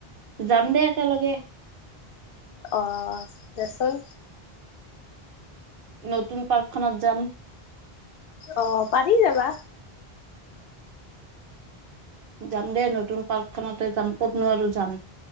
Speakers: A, on the right (about 65°); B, on the left (about 70°).
A: যাম দে একেলগে।
B: অ', দেচোন।
A: নতুন পাৰ্কখনত যাম।
B: অ', পাৰি যাবা।
A: যাম দেই নতুন পাৰ্কখনতে যাম কতনো আৰু যাম।